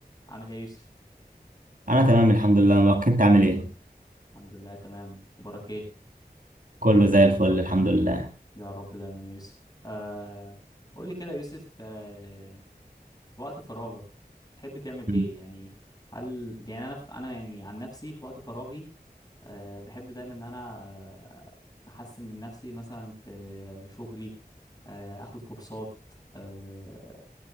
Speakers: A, on the left (about 25°); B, on the right (about 55°).
A: عامل ايه يا يوسف
B: انا تمام الحمد لله ما كنت عامل ايه
A: الحمد لله تمام اخبارك ايه
B: كله زي الفل الحمد لله
A: يا رب دايما يا يوسف آه قول لي كده يا يوسف آه وقت فراغك تحب تعمل ايه
B: مم.
A: يعني هل يعني انا انا يعني عن نفسي في وقت فراغي آه بحب دايما ان انا آه، احسن من نفسي مثلا في شغلي آه اخد كورسات آه،